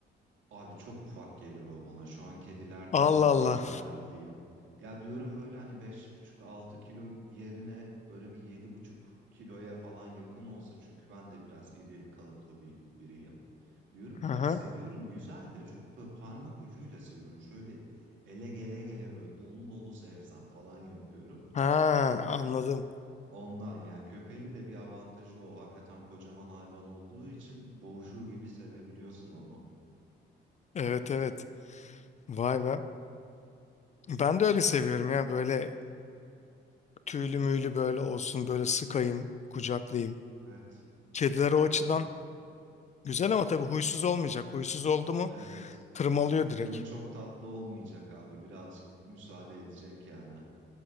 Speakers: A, on the right; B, on the left.
A: Abi çok ufak gelir o bana. Şu an kedilerden
B: Allah
A: şeyim
B: Allah.
A: dertliyim. Ya diyorum böyle hani beş buçuk altı kilo yerine böyle bir yedi buçuk kiloya falan yakın olsa çünkü ben de biraz iri kalıplı bir biriyim. Diyorum ki
B: Aha.
A: ya seviyorum güzel de çok böyle parmak ucuyla seviyorum. Şöyle bir ele gele gele böyle dolu dolu sevsem falan yapıyorum.
B: Ha anladım.
A: Ondan ya köpeğin de bir avantajı o. Hakikaten kocaman hayvan olduğu için boğuşur gibi sevebiliyorsun onu.
B: Evet evet. Vay be. Ben de öyle seviyorum ya böyle tüylü müylü böyle olsun böyle sıkayım kucaklayayım.
A: Evet.
B: Kediler o açıdan
A: Bi-
B: güzel ama tabii huysuz olmayacak. Huysuz oldu mu
A: Evet.
B: tırmalıyor direkt.
A: Canı çok tatlı olmayacak abi. Birazcık müsaade edecek yani.